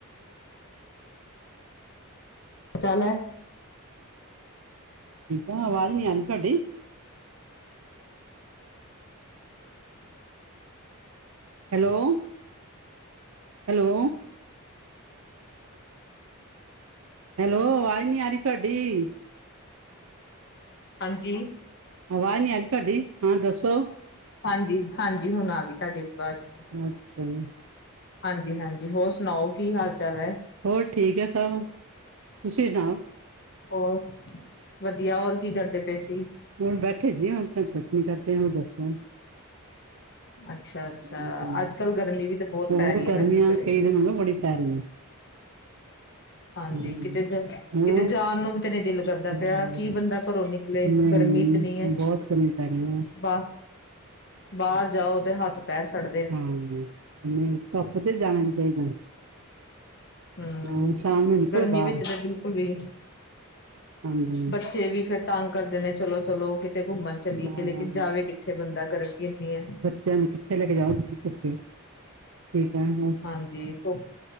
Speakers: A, on the left; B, on the right.
A: ਪਚਾਨਿਆ
B: ਠੀਕ ਆ, ਆਵਾਜ਼ ਨੀ ਆ ਤੁਹਾਡੀ ਹੈਲੋ। ਹੈਲੋ। ਹੈਲੋ, ਆਵਾਜ਼ ਨੀ ਆ ਰੀ ਤੁਆਡੀ।
A: ਹਾਂਜੀ।
B: ਆਵਾਜ਼ ਨੀ ਆ ਰੀ ਤੁਆਡੀ। ਹਰ ਦੱਸੋ।
A: ਹਾਂਜੀ ਹਾਂਜੀ ਹੁਣ ਆ ਗਈ ਤੁਆਡੀ ਵਾਜ ਮੈਨੂੰ
B: ਅੱਛਾ ਜੀ
A: ਹਾਂਜੀ ਹਾਂਜੀ ਹੋਰ ਸੁਣਾਓ ਕੀ ਹਾਲ ਚਾਲ ਐ
B: ਹੋਰ ਠੀਕ ਹੈ ਸਭ ਤੁਸੀਂ ਸੁਣਾਓ।
A: ਹੋਰ ਵਧੀਆ ਹੋਰ ਕੀ ਕਰਦੇ ਪਏ ਸੀ
B: ਹੁਣ ਬੈਠੇ ਸੀ ਹੁਣ ਤਾਂ ਕੁੱਛ ਨੀ ਕਰਦੇ ਹੋਰ ਦੱਸੋ
A: ਅੱਛਾ ਅੱਛਾ
B: ਹਮ
A: ਅੱਜ ਕੱਲ੍ਹ ਗਰਮੀ ਵੀ ਤੇ ਬਹੁਤ
B: ਹੋਰ
A: ਪੈ ਰਹੀ ਹੈ
B: ਗਰਮੀਆਂ
A: ਨਾ ਕਿ ਕਰੇ
B: ਕਈ
A: ਕੋਈ
B: ਦਿਨ ਹੋ ਗਏ ਬੜੀ ਪੈ ਰਹੀ ਹੈ
A: ਹਾਂਜੀ
B: ਹਮ
A: ਕਿਤੇ ਜਾ
B: ਹੋਰ
A: ਕਿੱਤੇ ਜਾਣ ਨੂੰ ਵੀ ਤੇ ਨਹੀਂ ਦਿਲ ਕਰਦਾ
B: ਹਾਂ,
A: ਪਿਆ ਕੀ ਬੰਦਾ ਘਰੋ ਨੀ ਨਿਕਲੇ
B: ਨਹੀਂ
A: ਗਰਮੀ ਇਤਨੀ ਹੈ
B: ਬਹੁਤ ਗਰਮੀ ਪੈ ਰਹੀ ਹੈ
A: ਬਾ ਬਾਹਰ ਜਾਓ ਤੇ ਹੱਥ ਪੈਰ ਸੜ
B: ਹਾਂ ਹੂੰ ਧੁੱਪ ਚ ਜਾਣਾ ਨੀ ਚਾਹੀਦਾ
A: ਹੂੰ
B: ਹਾਂ ਸ਼ਾਮ ਨੂੰ ਨਿਕਲੋ
A: ਗਰਮੀ
B: ਬਾਹਰ
A: ਵਿੱਚ ਤਾਂ ਬਿਲਕੁਲ ਵੀ
B: ਹਾਂਜੀ
A: ਬੱਚੇ ਵੀ ਫੇਰ ਤਾਂਗ ਕਰਦੇ ਨੇ ਚਲੋ ਚਲੋ ਕਿਤੇ ਘੁੰਮਣ ਚੱਲੀਏ
B: ਹਾਂ
A: ਲੇਕਿਨ ਜਾਵੇ ਕਿੱਥੇ ਬੰਦਾ ਗਰਮੀ ਇੰਨੀ ਹੈ
B: ਤੈਨੂ ਕਿੱਥੇ ਲੈ ਕੇ ਜਾਓ ਧੁੱਪੇ ਠੀਕ ਏ ਹੁਨ
A: ਹਾਂਜੀ ਧੁਪ